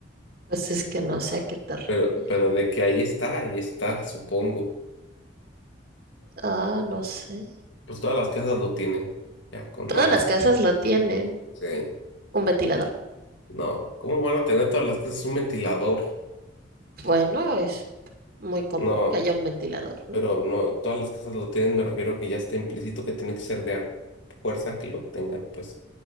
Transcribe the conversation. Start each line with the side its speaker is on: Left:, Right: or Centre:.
Right: pues es que no sé a qué te refieres.
Left: Pero, pero de que ahí está, ahí está, supongo.
Right: Ah, no sé.
Left: Pues todas las casas lo tienen. Ya, con
Right: Todas
Left: nada más.
Right: las casas lo tienen.
Left: Sí.
Right: ¿Un ventilador?
Left: No. ¿Cómo van a tener todas las casas un ventilador?
Right: Bueno, es muy común
Left: No,
Right: que haya un ventilador, ¿no?
Left: pero no, todas las casas lo tienen, me refiero a que ya está implícito que tiene que ser de a fuerza que lo tengan, pues.